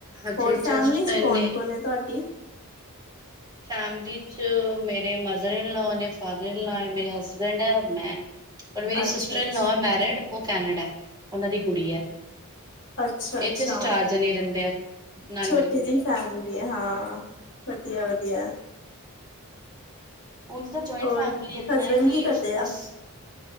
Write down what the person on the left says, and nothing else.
ਹੋਰ ਫੈਮਲੀ
ਚ
ਕੌਣ-ਕੌਣ ਹੈ ਤੁਹਾਡੀ?
ਅੱਛਾ
ਅੱਛਾ
ਅੱਛਾ-ਅੱਛਾ
ਛੋਟੀ
ਜਿ
ਫੈਮਲੀ ਹੈ ਹਾਂ। ਵਧੀਆ-ਵਧੀਆ
ਹੋਰ
ਹਸਬੈਂਡ
ਕੀ ਕਰਦੇ ਆ